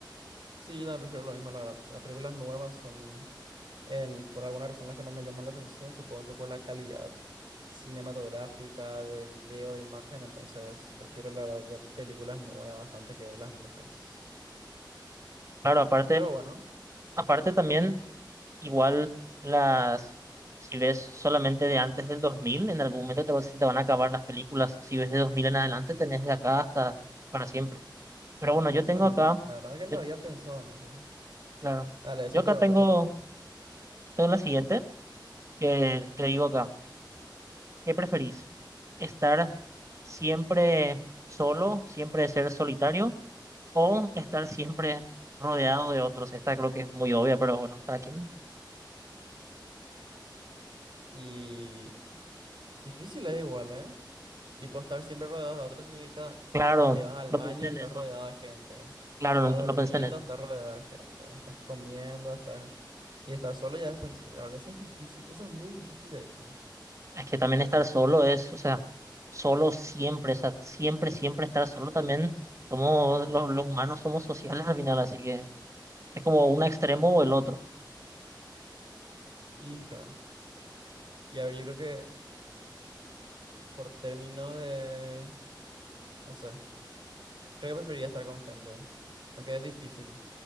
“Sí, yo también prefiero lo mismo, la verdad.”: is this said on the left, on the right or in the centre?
Right